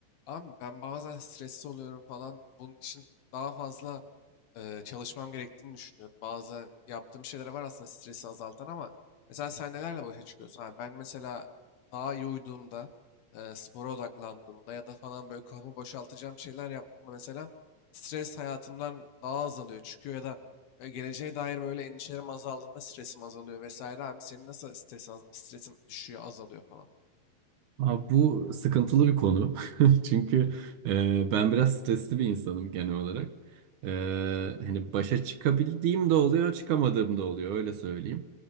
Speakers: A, on the left; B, on the right.
A: Abi ben bazen stresli oluyorum falan. Bunun için daha fazla e, çalışmam gerektiğini düşünüyorum. Bazen yaptığım şeyler var aslında stresi azaltan ama mesela sen nelerle başa çıkıyorsun? Abi ben mesela daha iyi uyuduğumda, e, spora odaklandığımda ya da falan böyle kafamı boşaltacağım şeyler yaptığımda mesela stres hayatımdan daha azalıyor, çıkıyor ya da e, geleceğe dair böyle endişelerim azaldığında stresim azalıyor vesaire. Abi senin nasıl stres, stresin düşüyor, azalıyor falan?
B: Abi bu sıkıntılı bir konu. <laughs> Çünkü e, ben biraz stresli bir insanım genel olarak. E, hani başa çıkabildiğim de oluyor, çıkamadığım da oluyor öyle söyleyeyim.